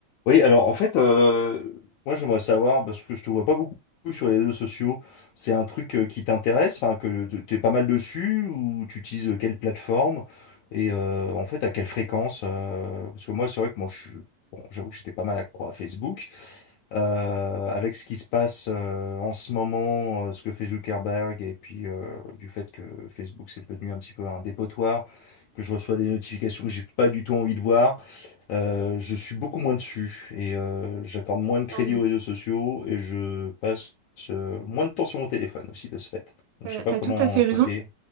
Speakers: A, on the left; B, on the right.
A: Oui, alors en fait, euh, moi j'aimerais savoir, parce que je te vois pas beaucoup sur les réseaux sociaux, c'est un truc euh, qui t'intéresse, enfin que t- t'es pas mal dessus, ou tu utilises euh, quelle plateforme, et euh, en fait à quelle fréquence, euh, parce que moi c'est vrai que moi je suis, bon, j'avoue que j'étais pas mal accro à Facebook, euh, avec ce qui se passe euh, en ce moment, euh, ce que fait Zuckerberg, et puis euh, du fait que Facebook c'est devenu un petit peu un dépotoir, que je reçois des notifications que j'ai pas du tout envie de voir. Euh, je suis beaucoup moins dessus et euh, j'accorde moins de crédit
B: Non, mais
A: aux réseaux sociaux et je passe euh, moins de temps sur mon téléphone aussi de ce fait. Donc
B: t'as
A: je sais pas
B: t'as
A: comment
B: tout à fait
A: toi
B: raison.
A: t'es